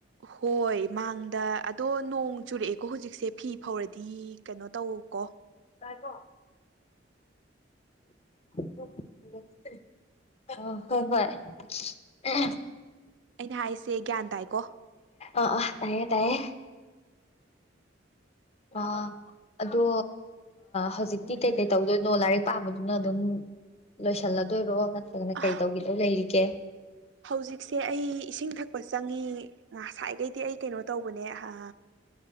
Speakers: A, on the right; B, on the left.
A: ꯍꯣꯏ ꯃꯥꯡꯗ ꯑꯗꯣ ꯅꯣꯡ ꯆꯨꯔꯛꯑꯦꯀꯣ ꯍꯧꯖꯤꯛꯁꯦ ꯐꯤ ꯐꯧꯔꯗꯤ ꯀꯩꯅꯣ ꯇꯧꯀꯣ
B: ꯥꯏꯀꯣ ꯑ ꯍꯣꯏ ꯍꯣꯏ
A: ꯑꯩꯅ ꯍꯥꯏꯁꯦ ꯒ꯭ꯌꯥꯟ ꯇꯥꯏꯀꯣ
B: ꯑ ꯑ ꯇꯥꯏꯌꯦ ꯇꯌꯦ ꯑ ꯑꯗꯣ ꯍꯧꯖꯤꯛꯇꯤ ꯀꯩ
A: ꯎꯝ
B: ꯀꯩ ꯇꯧꯗꯣꯏ ꯂꯣ ꯂꯥꯏꯔꯤꯛ ꯄꯥꯕꯗꯨꯅ ꯑꯗꯨꯝ ꯂꯣꯏꯁꯜꯂꯗꯣꯏꯔꯣ ꯅꯠꯇ꯭ꯔꯒꯅ
A: ꯑ
B: ꯀꯩ ꯇꯧꯒꯗꯧ ꯂꯩꯔꯤꯒꯦ
A: ꯍꯧꯖꯤꯛꯁꯦ ꯑꯩ ꯏꯁꯤꯡ ꯊꯛꯄ ꯆꯪꯉꯤ ꯉꯁꯥꯏꯈꯩꯗꯤ ꯑꯩ ꯀꯩꯅꯣ ꯇꯧꯕꯅꯦ ꯑ